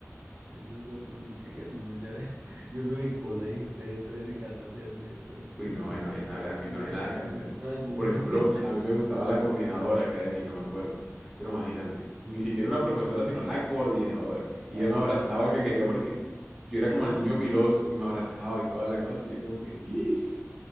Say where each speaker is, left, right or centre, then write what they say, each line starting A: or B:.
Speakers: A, on the right (about 65°); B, in the centre.
A: eso es otro nivel, uno ya, <laughs> y uno de colegio, usted de 13 14 años ahí todo tan
B: Uy, no,
A: bueno,
B: ahí no había nada, ahí
A: es
B: no había nada que hacer.
A: extraño,
B: O por
A: <laughs> ¿sí me
B: ejemplo,
A: entiende?
B: a
A: <laughs>
B: mí me gustaba la coordinadora académica, me acuerdo. Pero imagínate, ni siquiera una profesora, sino la coordinadora. Y
A: Ah,
B: ella me abrazaba
A: no, ya estaba
B: y
A: tirando
B: me quería porque
A: duro.
B: yo era
A: Ajá,
B: como el
A: sí.
B: niño piloso y me abrazaba y toda la cosa. Y yo como que, "Ish".